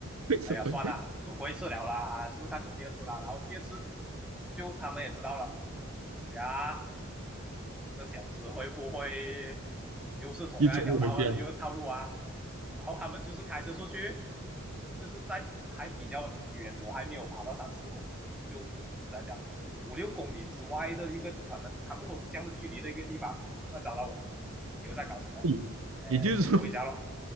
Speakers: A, on the right; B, in the centre.
A: 为什么
B: 哎呀算了，走过一次了啦，试试看走第二次啦。然后第二次就他们也知道了，等下这小子会不会又是同样一条道啊，
A: 一走路回家？
B: 又套路啊？然后他们就是开车出去，就是在还比较远，我还没有跑到三四公里，就怎样讲五六公里之外的一个可能差不多这样的距离的一个地方，他找到我，你又在搞什么？
A: 嗯，
B: 哎，
A: 也就是说，
B: 走路回家咯，